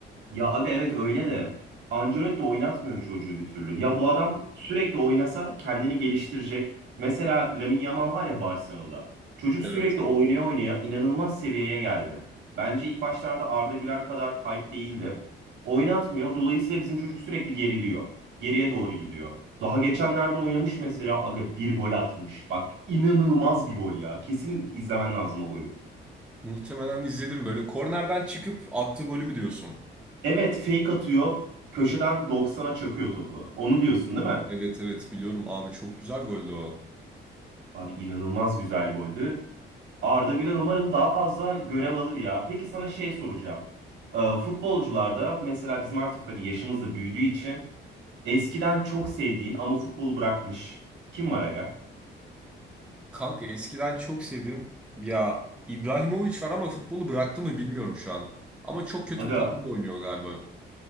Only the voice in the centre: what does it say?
Evet.
Muhtemelen izledim. Böyle kornerden çıkıp attığı golü mü diyorsun?
Evet evet biliyorum abi çok güzel goldü o.
Kanka eskiden çok sevdim. Ya İbrahimovic var ama futbolu bıraktı mı bilmiyorum şu an. Ama çok kötü
bir takımda oynuyor galiba.